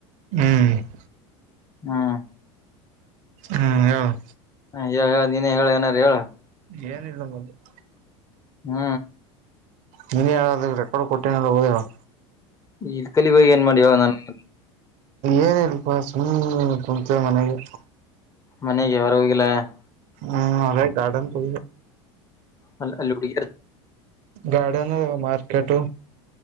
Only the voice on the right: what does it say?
ಹ್ಮ್ <inaudible>
ಹ್ಮ ಹ <inaudible>
ಏನಿಲ್ಲ ಮಲು <inaudible>
ನೀನ್ ಹೇಳ ಅದ ರೆಕಾರ್ಡ್ ಕೊಟ್ಟಿನಲ್ಲ ಹೋದ <inaudible>
ಏನ ಇಲ್ಪಾ ಸು್ ಕುಂತೆ ಮನೆಗೆ <inaudible>
ಹ್ಮ್ ಅದೇ ಗಾರ್ಡನ್ ಕೊ
ಗಾರ್ಡನ್ ಮಾರ್ಕೆಟ್